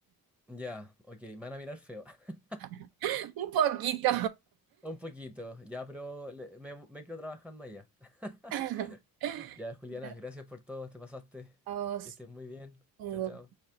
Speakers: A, in the centre; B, on the right.
A: Ya, ok, me van a mirar feo, <laughs>
B: <laughs> Un poquito.
A: un poquito, ya, pero le- me, me quedo trabajando allá. <laughs>
B: <laughs>
A: Ya, Juliana,
B: Dale,
A: gracias por todo, te pasaste,
B: a vos,
A: que estés muy bien,
B: Hugo.
A: chao, chao.